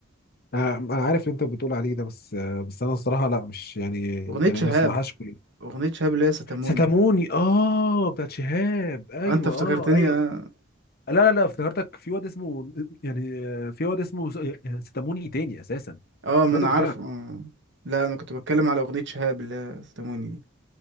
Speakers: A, on the left; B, on the right.
A: انا انا عارف اللي انت بتقول عليه ده بس آه، بس انا الصراحه لا مش يعني
B: اغنيه
A: يعني
B: شهاب
A: ما اسمعهاش كل
B: اغنيه شهاب اللي هي ستاموني
A: ستاموني اه بتاعت شهاب ايوه
B: انت افتكرتني
A: اه ايوه
B: اه
A: لا لا لا افتكرتك في واد اسمه يعني آه، في واد اسمه س- آه، ستاموني تاني اساسا
B: آه، ما
A: افتكرتك
B: انا عارفه
A: بتتكلم
B: آه. لا انا كنت بتكلم على اغنية شهاب اللي هي استموني دي